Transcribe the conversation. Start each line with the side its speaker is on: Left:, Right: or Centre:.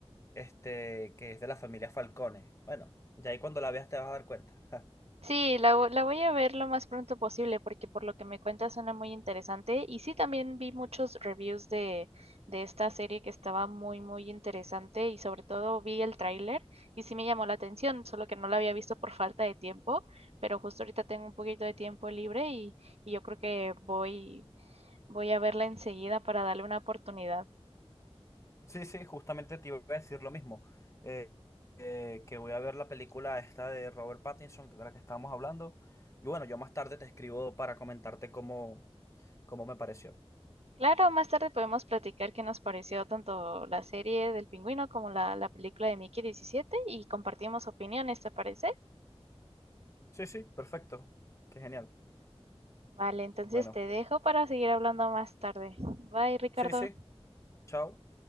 Left: este, que es de la familia Falcone. Bueno, ya ahí cuando la veas te vas a dar cuenta. <laughs>
Right: Sí, la, vo- la voy a ver lo más pronto posible porque por lo que me cuentas suena muy interesante. Y sí, también vi muchos reviews de, de esta serie que estaba muy, muy interesante y sobre todo vi el tráiler y sí me llamó la atención, solo que no la había visto por falta de tiempo, pero justo ahorita tengo un poquito de tiempo libre y, y yo creo que voy, voy a verla enseguida para darle una oportunidad.
Left: Sí, sí, justamente te iba a decir lo mismo, eh, eh, que voy a ver la película esta de Robert Pattinson, de la que estábamos hablando, y bueno, yo más tarde te escribo para comentarte cómo, cómo me pareció.
Right: Claro, más tarde podemos platicar qué nos pareció tanto la serie del pingüino como la, la película de Mickey 17 y compartimos opiniones, ¿te parece?
Left: Sí, sí, perfecto, qué genial.
Right: Vale, entonces
Left: Bueno,
Right: te dejo para seguir hablando más tarde. Bye, Ricardo.
Left: sí, sí, chao.